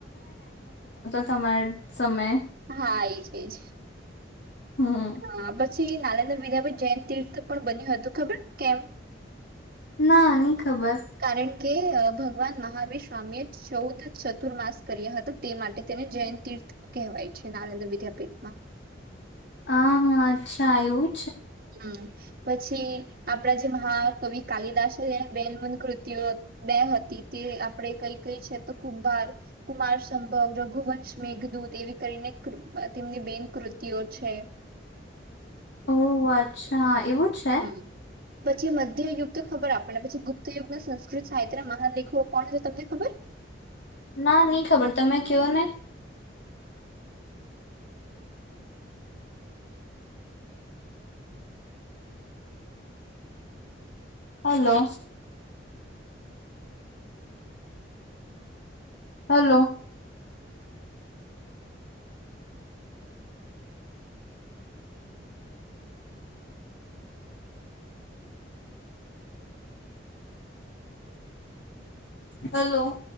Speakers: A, on the left; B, on the right.
A: તમારે સમય.
B: હા એજ એજ.
A: હમ
B: હા પછી નારેદ્ર વિીરાભાઈ જૈન તીર્થ પણ બન્યું હતું ખબર કેમ
A: ના નહી. ખબર
B: કારણ કે ભગવાન મહાવીર સ્વામી એ ચૌદ ચતુર્માસ કર્યા હતા તે માટે તેને જૈન તીર્થ કહેવાય છે. નારેંદ્ર વિદ્યાપીઠમાં
A: હ હા અચ્છા આવું
B: હમ પછી આપણા જે મહાકવિ કાલિદાસ તે બેન મન કૃતિઓ બે હતી તે આપણે કઈ કઈ છે તો કુભાર કુમાર સંભવ રઘુવંશ મેઘદૂત એવી કરીને તેમની બેન કૃતિયો છે
A: ઓહ વા અચ્છા એવું છે,
B: હમ. પછી મધ્ય યુગ તો ખબર આપને પછી ગુપ્ત યુગના સંસ્કૃત સાહિત્ય મહાદેખો કોણ છે તમને ખબર
A: ના નઈ ખબર તમે કવો ને હલોો,,, હેલો હલો